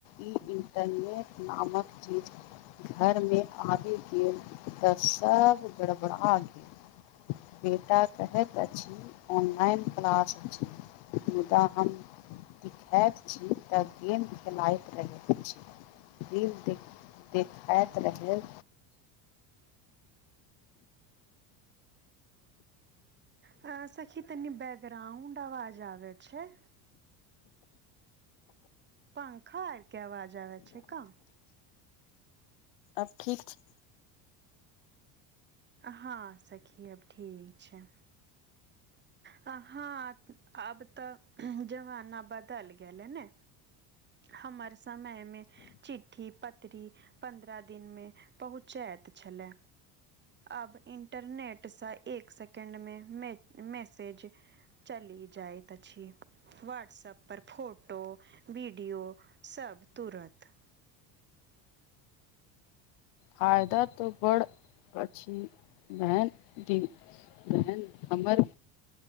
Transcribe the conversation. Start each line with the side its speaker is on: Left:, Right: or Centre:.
Left: ई इन्टरनेट नामक चीज घर मे आबी गेल तऽ सब गड़बड़ा गे बेटा कहैत अछि ऑनलाइन क्लास अछि मुदा हम ऐत छी तऽ गेम खेलाइत रहैत अछी रील देख देखाइत रहेल
Right: हाॅं सखी तनी बैकग्राउंड अवाज आबे छै पंखा आरके अवाजबे छै क?
Left: आब ठीक छै
Right: हाॅं सखी अब ठीक छै। हँ तऽ आब तऽ जमाना बदल गेलै ने हमर समयमे चिठ्ठी पतरी पन्द्रह दिन मे पहुँचैत छलए अब इंटरनेटसँ एक सेकंड मे मै मैसेज चली जाइत अछि व्हाट्सप पर फोटो वीड विडियो सब तुरत
Left: फायदा तऽ बढ़ अछि मैन दी तहेन हमर